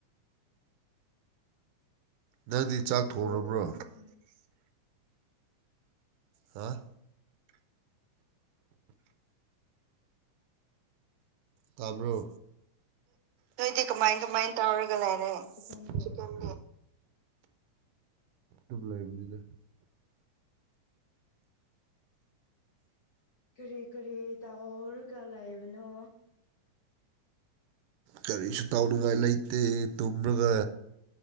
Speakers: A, on the right; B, on the left.
A: ꯅꯪꯗꯤ ꯆꯥꯛ ꯊꯣꯡꯔꯕ꯭ꯔꯣ
B: ꯕꯣꯜꯗꯤ ꯏꯁ ꯅꯣꯏ
A: ꯍꯥꯥ ꯭ꯇꯕꯔꯣ ꯅꯣꯏꯗꯤ ꯀꯃꯥꯏ ꯀꯃꯥꯏ ꯇꯧꯔꯒ ꯂꯩꯔꯦ ꯍꯧꯖꯤꯛꯀꯟꯗꯤ
B: ꯍꯧꯖꯤꯛꯀꯥꯟꯗꯤ
A: ꯂꯩꯥꯏꯕꯔꯤꯗ
B: ꯀꯔꯤ ꯀꯔꯤ ꯇꯧꯔꯒ ꯂꯥꯛꯏꯕꯅꯣ
A: ꯀꯔꯤꯁꯨ ꯇꯥꯎꯅꯤꯡꯉꯥꯏ ꯂꯩꯇꯦ ꯇꯨꯝꯔꯒ